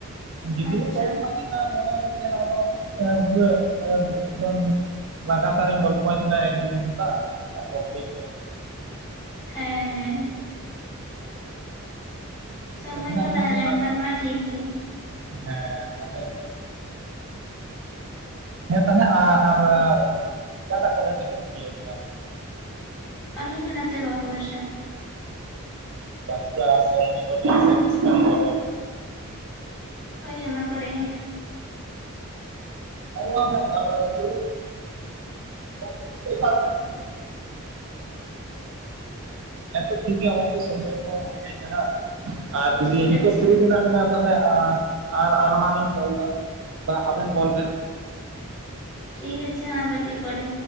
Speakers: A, on the right (about 60°); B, on the left (about 15°).
A: ᱡᱮᱫᱤᱱᱤᱧ
B: ᱟᱪᱪᱷᱟ
A: ᱜᱚᱞᱯᱷᱚᱭ ᱛᱟᱦᱮᱸᱱᱟ ᱢᱚᱱᱮ ᱦᱩᱭᱩᱜ ᱛᱟᱦᱮᱸᱱᱟ ᱟᱫᱚ ᱮ ᱯᱩᱨᱟᱹ ᱮᱠᱫᱚᱢ ᱞᱟᱜᱟᱹᱛᱟᱨᱤᱧ ᱜᱚᱞᱯᱚᱭᱟᱸᱛᱟᱦᱮᱱᱟ ᱾ᱮᱠ ᱫᱩ ᱜᱷᱽᱚᱱᱴᱟ ᱟᱨ ᱠᱚᱢᱯᱞᱤᱴ ᱠᱮᱫ ᱜᱮ
B: ᱦᱮᱸ ᱦᱮᱸ ᱥᱚᱢᱚ-ᱭ
A: ᱟᱪᱪᱷᱟ ᱛᱟᱦᱚᱞᱮ
B: ᱠᱚᱸ
A: ᱟᱢᱟᱜ
B: ᱛᱟᱦᱮᱸ
A: ᱫᱚ
B: ᱞᱮᱱᱹᱠᱷᱟᱱ
A: ᱟᱨ
B: ᱢᱟ, ᱴᱷᱤᱠᱹᱜᱮ᱾
A: ᱦᱮᱸ ᱛᱟᱦᱚᱹᱞᱮ ᱦᱮᱸ ᱛᱟᱦᱚᱸᱞᱮ ᱟᱸ ᱟᱨ ᱚᱠᱟᱴᱟ-ᱜ ᱠᱚᱞᱮᱡᱽ ᱨᱮᱹᱵᱮᱱ ᱤᱭᱟᱹᱭ ᱛᱟᱦᱮᱸ ᱟᱸᱵᱮᱱ
B: ᱟᱞᱤᱧ ᱫᱚ ᱱᱚᱛᱮ ᱵᱟᱸᱠᱩᱲᱟ ᱥᱮᱫ᱾
A: <unintelligible> ᱵᱟᱹᱠᱩᱲᱟ ᱥᱚᱢᱢᱤᱞᱚᱱᱤ ᱥᱮᱤᱥᱴᱟᱱ ᱠᱚᱟᱭ?
B: ᱚᱭ ᱚᱱᱟ ᱠᱚᱨᱮ ᱜᱮ᱾
A: <unintelligible> ᱦᱮᱸᱛᱚ ᱴᱷᱤᱠ ᱜᱮᱭᱟ ᱦᱚᱜᱚᱭ ᱛᱚ ᱥᱚᱢᱚᱭ ᱠᱚᱼᱦᱚᱸ ᱦᱳᱭ ᱦᱮᱡᱱᱟᱦᱟᱸᱜ ᱾ ᱟᱨ ᱡᱩᱫᱤ
B: ᱴᱷᱤᱠ
A: ᱱᱤᱛᱚᱜ
B: ᱟᱪᱷᱮ
A: ᱯᱷᱤᱨᱤ ᱢᱮᱱᱟᱜ ᱵᱮᱱᱟ᱾ ᱛᱟᱦᱚᱞᱮ ᱟᱨ ᱟᱨ ᱦᱟᱸᱜ ᱞᱤᱧ ᱠᱚᱞᱫᱟ᱾ ᱵᱟ ᱟᱵᱮᱱ ᱠᱚᱞ ᱵᱮᱱ?
B: ᱴᱷᱤᱠ ᱟᱪᱷᱮ ᱦᱟᱸᱜ ᱠᱟᱹᱴᱤᱡ ᱯᱚᱨᱮ᱾